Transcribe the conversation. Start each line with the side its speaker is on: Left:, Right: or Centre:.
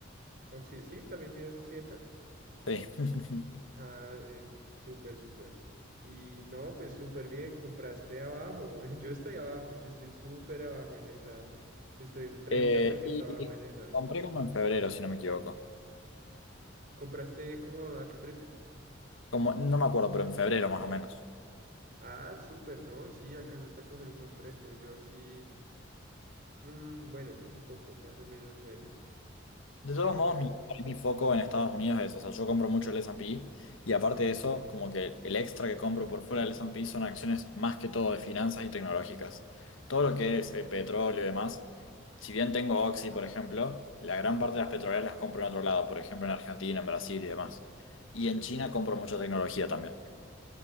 Right: Occi- sí, también tienes Occidental.
Left: sí. <laughs>
Right: Ah, eh, súper, súper. Y no, pues súper bien, compraste abajo. <laughs> Yo estoy abajo, yo estoy súper abajo en esa. Estoy un treinta
Left: Eh,
Right: por ciento
Left: y
Right: abajo en esa.
Left: compré como en febrero, si no me equivoco,
Right: ¿Compraste como a qué precio?
Left: como, no me acuerdo, pero en febrero más o menos.
Right: Ah, súper, no, sí, alcanzaste a coger un buen precio. Yo sí. Mm, bueno, un poco, más o menos bueno.
Left: De todos
Right: Pero
Left: modos,
Right: bueno,
Left: mi, para mí mi foco en Estados Unidos es, o sea, yo compro mucho el S&P y pe y aparte de eso, como que el extra que compro por fuera del S&P son acciones más que todo de finanzas y tecnológicas. Todo lo que es eh, petróleo y demás, si bien tengo Oxy, por ejemplo, la gran parte de las petroleras las compro en otro lado, por ejemplo, en Argentina, en Brasil y demás. Y en China compro mucha tecnología también.